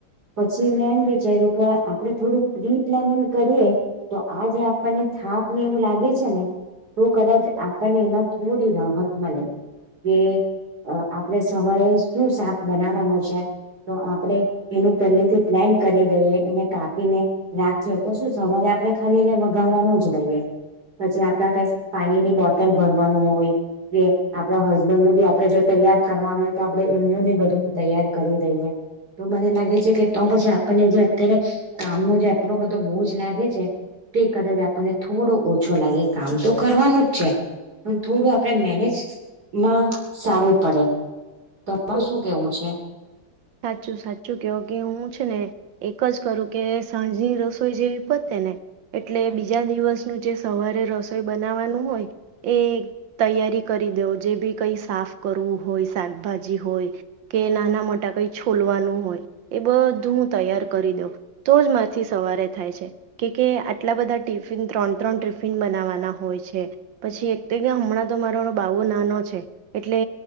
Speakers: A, on the right; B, on the right.
A: પછી મેં એમ વિચાર્યું કે આપડે થોડું પ્રી પ્લાનિંગ કરીએ તો આ જે આપણને થાક ને એવું લાગે છે ને તોું કદાચ પણ એમાં થોડી રાહત મળે કે અ આપડે સવારે શું શાક બનાવાનું છે તો આપણેે એનું પહેલે થી પ્લાન કરી દઈએ એને કાપીને રાખીએ તો શું સવારે આપડણે ખાલીને વગાડવાનું જ રહીએ પછી આપડા કઈ પાણીની બોટલ ભરવાનું હોય કે આપણા હસબન્ડ નું બી આપડે જો તૈયાર કરવાનું હોય તો આપડે એમનું બી બધું તૈયાર કરી દઈએ તો મને લાગે છે કે તો પછી આપણને જે અત્યારે કામનો જે આટલો બધો બોજ લાગે છે તે કદાચ આપણને થોડો ઓછો લાગે કામ તો કરવાનું જ છે પણ થોડું આપડે મેનેજમાં સારું પડે તમારું શું કેવું છે
B: સાચું સાચું કેહવ કે હું છે ને એક જ કરું કે સાંજની રસોઈ જેવી પતે ને એટલે બીજા દિવસનું જે સવારે રસોઈ બનાવવાનું હોય એ તૈયારી કરી દેવ જે બી કઈ સાફ કરવું હોય શાકભાજી હોય કે નાના મોટા કંઈ છોલવાનું હોય એ બધું હું તૈયાર કરી દઉં તો જ માંથી સવારે થાય છે કે કે આટલા બધા ટિફિન ત્રણ ત્રણ ટિફિન બનાવવાના હોય છે પછી એક તો કે હમણાં તો મારો બાબુ નાનો છે એટલે